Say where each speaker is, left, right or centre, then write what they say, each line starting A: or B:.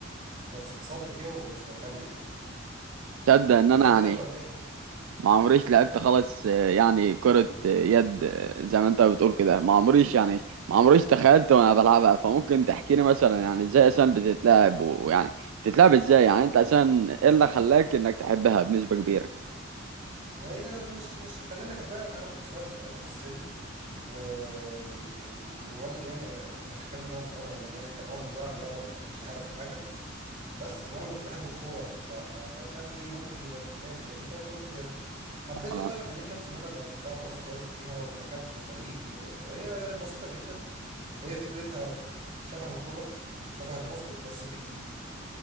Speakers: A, on the right; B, on the right.
A: بس اتصبت فيها وما بقتش بكمل يعني
B: تصدق ان
A: وبعد
B: انا يعني
A: كده اتوجهت
B: ما عمريش لعبت خالص آه، يعني كرة آه، يد آه، زي ما انت بتقول كده ما عمريش يعني ما عمريش تخيلت وانا بلعبها فممكن تحكي لي مثلا يعني ازاي اصلا بتتلعب ويعني بتتلعب ازاي يعني انت اصلا ايه اللي خلاك انك تحبها بنسبة كبيرة
A: وهي مش مش خلاني أحبها أنا كنت صغير ساعتها في السن و... و- ووالدي يعني دخلني إن أنا أتمرن يعني كنوع من أنواع الرياضة وما كانش هدفه حاجة بس وانا ما كنتش بحب الكوره ف... فشاف ايه ممكن يبقى تتلعب تاني فهي كره اليد حبيتها
B: اه
A: بقى لما لقيت نفسي ان انا بقيت بقى خلاص كويس فيها واتخدت الفريق وكده هي بسيطه جدا هي فكرتها شبه الكره وشبه الباسكت بس في الايد